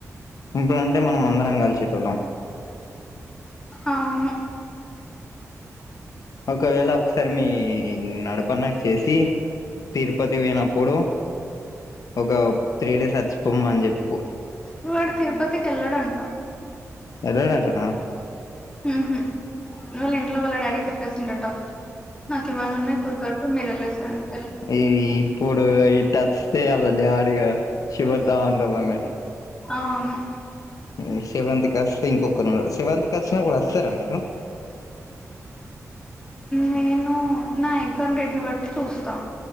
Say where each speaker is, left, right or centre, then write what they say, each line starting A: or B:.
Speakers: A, on the left (about 80°); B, on the left (about 15°).
A: ఇప్పుడంటే మనం అందరం కలిసేటోళ్ళం
B: అవును
A: ఒకవేళ ఒకసారి మీ నడపన్నకి చేసి తిరుపతి పోయినప్పుడు ఒక త్రీ డేస్ అచ్చిపోమ్మ ని చెప్పు
B: నువ్వాడ తిరుపతికి వెళ్ళాడంటా
A: ఎల్లాడటనా
B: ఊహు వాళ్ళ ఇంట్లో వాళ్ళ డాడీకి చెప్పేసిండట నాకు ఇవన్న ఉన్నాయి కూ మీరేళ్లేసి రండి
A: ఈ ఇప్పుడు ఇ టచ్చే దే అడిగా శివతాండమే
B: అవును
A: ఉ సెవెంత్ కి వస్తే ఇంకొక నాడు సెవెంత్ కు వచ్చినప్పుడు వస్తారా మీరు
B: నేను నా ఎగ్జామ్ డేట్ ను బట్టి చూస్తా